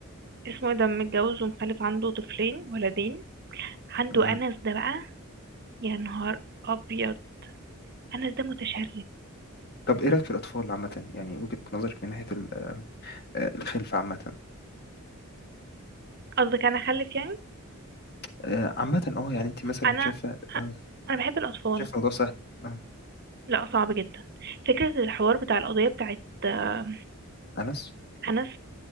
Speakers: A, on the right; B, on the left.
A: اسمه ايه ده متجوز ومخلف عنده طفلين ولدين عنده
B: امم
A: انس ده بقى يا نهار ابيض انس ده متشرد
B: طب ايه رايك في الاطفال عامه يعني وجهة نظرك من ناحيه ال- آه، الخلفه عامه
A: قصدك انا اخلف يعني
B: آه، عامه اه يعني انت مثلا
A: انا
B: شايفه آه،
A: انا بحب الاطفال
B: شايفه الموضوع سهل اه
A: لا صعب جدا فكره الحوار بتاع القضيه بتاعت آه،
B: انس
A: انس